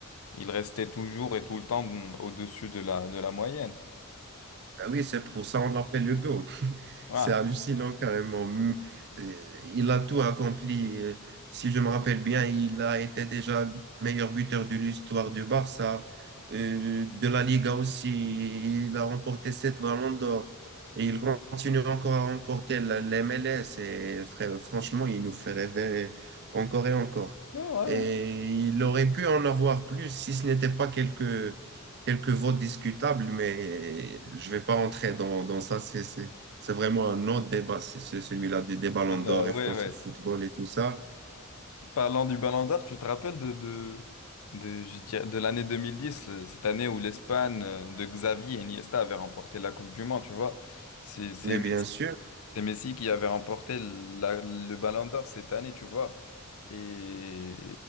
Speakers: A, on the left; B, on the right.
A: il restait toujours et tout le temps au-dessus de la, de la moyenne.
B: Ben oui, c'est pour ça on l'appelle le GOAT.
A: Voilà.
B: C'est hallucinant carrément. M- euh, Il a tout accompli. Euh, Si je me rappelle bien, il a été déjà meilleur buteur de l'histoire du Barça, euh, de la Liga aussi. Il a remporté sept ballons d'or. Et il continue encore à remporter la, la MLS. Et fr- franchement, il nous fait rêver encore et encore.
A: Ouais, ouais,
B: Et
A: ouais.
B: il aurait pu en avoir plus si ce n'était pas quelques quelques votes discutables, mais je ne vais pas entrer dans, dans ça. C'est vraiment un autre débat, c'est ce- celui-là des des Ballons
A: Bah,
B: d'Or
A: ouais,
B: et France
A: ouais.
B: Football et tout ça.
A: Parlant du Ballon d'Or, tu te rappelles de, de, de, je dirais, de l'année 2010, euh, cette année où l'Espagne euh, de Xavi et Iniesta avait remporté la Coupe du Monde, tu vois. C'est c'est
B: Mais
A: Messi,
B: bien sûr,
A: c'est Messi qui avait remporté la- le Ballon d'Or cette année, tu vois. Et,